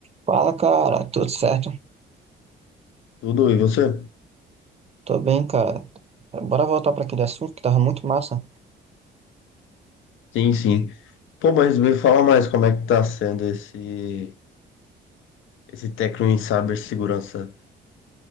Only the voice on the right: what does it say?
Fala, cara, tudo certo?
Tô bem, cara. Bora voltar para aquele assunto que tava muito massa.